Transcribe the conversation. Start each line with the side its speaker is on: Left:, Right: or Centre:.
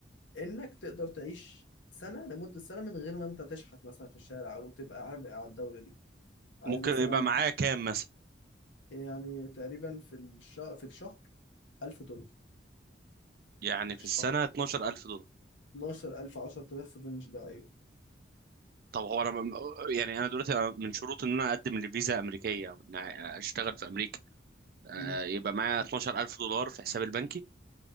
Left: إنك تقدر تعيش سنة لمدة سنة من غير ما أنت تشحت مثلا في الشارع أو تبقى عبء على الدولة دي عايز
Right: ممكن
Left: مثلا
Right: يبقى معايا كام مثلا
Left: يعني تقريبا في الشهر في الشهر 1000 دولار
Right: يعني في
Left: مش-
Right: السنه
Left: آه،
Right: 12000 دولار
Left: 12000 10000 في الرينج ده ايوه
Right: طب هو انا م- يعني انا دلوقتي أنا من شروط ان انا اقدم لفيزا امريكيه او ان اشتغل في امريكا آه
Left: مم.
Right: يبقى معايا 12000 دولار في حسابي البنكي